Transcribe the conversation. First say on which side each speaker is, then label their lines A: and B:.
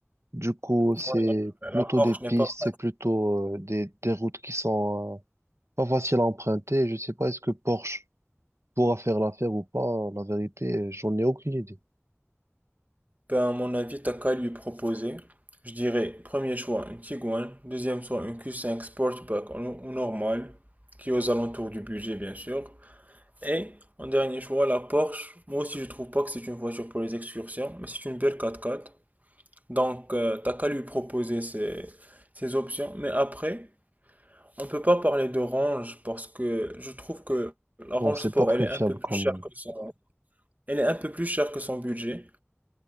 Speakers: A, on the right; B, on the right.
A: Du coup, c'est
B: Ouais, euh, la
A: plutôt
B: Porsche
A: des pistes,
B: n'est pas
A: c'est plutôt euh, des, des routes qui sont euh, pas faciles à emprunter. Je sais pas, est-ce que Porsche pourra faire l'affaire ou pas. La vérité, j'en ai aucune idée.
B: Ben, à mon avis, t'as qu'à lui proposer. Je dirais, premier choix, une Tiguan. Deuxième choix, une Q5 Sportback en en normal, qui est aux alentours du budget, bien sûr. Et, en dernier choix, la Porsche. Moi aussi, je trouve pas que c'est une voiture pour les excursions, mais c'est une belle 4x4. Donc, euh, t'as qu'à lui proposer ces, ces options. Mais après, on peut pas parler de range parce que je trouve que la range
A: Non, c'est
B: sport,
A: pas très
B: elle est
A: fiable
B: un peu plus
A: quand
B: chère
A: même.
B: que son, elle est un peu plus chère que son budget.